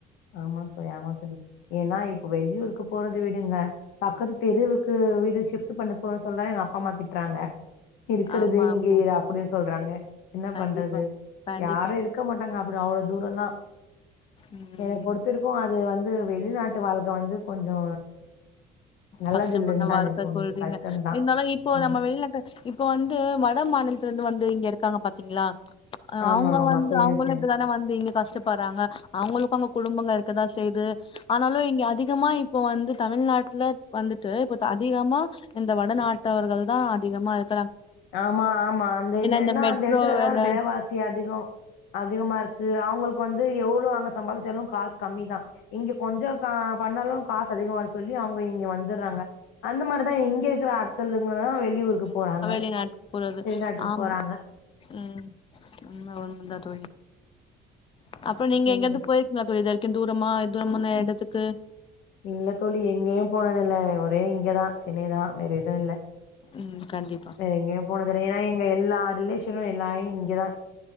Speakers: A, on the left; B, on the left.
A: ஆமாந் தோழி ஆமாந் தோழி ஏனா இப்ப வெளியூருக்கு போறது து விடுங்க பக்கத்து தெருவுக்கு வீடு ஷிப்ட்டு பண்ண போற சொ சொல்ற எங்க அப்பா அம்மா திட்றாங்க இருக்குறது
B: ஆமா
A: இங்கே
B: ஆமா
A: அப்டின் சொல்றாங்க என்ன
B: கண்டிப்பா
A: பண்றது
B: கண்டிப்பா
A: யாரு இருக்க மாட்டாங்க அப் ப்டி அவ்ளோ தூரல்லா
B: ம்
A: எனக்கு பொருத்திருப்பு அது வந்து வந்து வெளிநாட்டு வாழ்கை வந்து கொஞ்சோ நல்லது
B: கஷ்டமான
A: இல்லன்னு தா
B: வாழ்க்கை
A: எனக்கு தோணுது
B: சொல்றீங்க,
A: கஷ்டம்தா
B: என்னால இப்போ
A: ஆமா
B: நம்ம வெளிநாட்டு, இப்ப வந்து வட மாநிலத்துல இந்து வந்து இங்க இருக் இருக்காங்கபாத்தீங்களா
A: ஆமா
B: அவுங்கவந்து
A: ஆமா தெரியு
B: அவுங்களோ
A: தெரியு
B: இப்படித்தானே வந்தீங்க, கஷ்டப்படுறாங்க அவங்களுக்கும் அங்க குடும்பங்க இருக்கதா செய்து. ஆனாலும் இங்க அதிகமா இப்ப வந்து தமிழ்நாட் இல்ல வந்துட்டு இப்ப அதிகமா இந்த வடநாட்டவர்கள் தா அதிகமா இருக்
A: ஆமாஆமா அந்த என் னன்னா
B: இந்த மெட்ரோ
A: அந்த இடத்துலதா
B: வேலை
A: விலைவாசி அதிகோ அதிகமா இருக்கு, அவுங்களுக்கு வந்து எவ்வளவு அங்க சம்பாதிச்சாலும் காசு கம்மிதான். இங்க கொஞ்சம் கா பண்ணாலும் காசு அதிகமாசொல்லி அவுங்க இங்க வந்துடுறாங்க. அந்த மாரிதா இங்க இருக்குற ஆட்கள். அதா வெளியூருக்கு போறாங்க.
B: வெளிநாடு போறது
A: வெளிநாட்டுக்கு
B: ஆம்
A: போறாங்க
B: ம் உண்மை தான் தோழி ஆ <inaudible> அப்போநீங்க
A: சொல்லுங்க
B: இங்கிருந்து போயிருக்கிங்களா இதுவரைக் ந்தூரமா தூரமான்ன எடத்துக்கு
A: இல்ல தோழி எங்கேயும் போனது இல்ல, ஒரே இங்கதா சென்னைதான் வேறஎதுவு இல்ல.
B: ம். கண்டிப்பா.
A: எங்கையும் போனதுல ஏன்னா இங்க எல்லா ரிலேஷன்னோ எல்லா இங்கதான்,